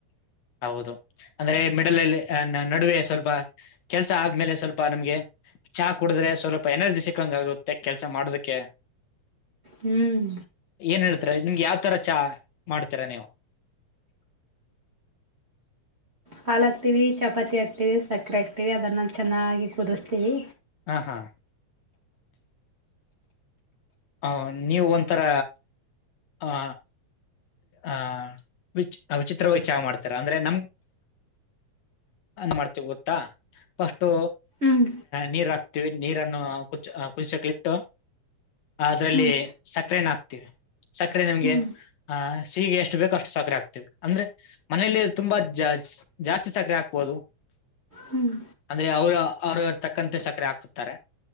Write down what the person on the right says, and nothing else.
ಹ್ಮ್
ಹಾಾಲ ಹಾಕ್ತಿೀವಿ ಚಪಾತಿ ಹಾಕ್ತಿೀವಿ ಸಕ್ಕರೆ ಹಾಕ್ತಿವಿ ಅದನ್ನ ಚೆನ್ನಾಗಿ ಕುದಿಸ್ತೀವಿ.
ಹ್ಮ್
ಹ್ಮ್
ಹ್ಮ್
ಹ್ಮ್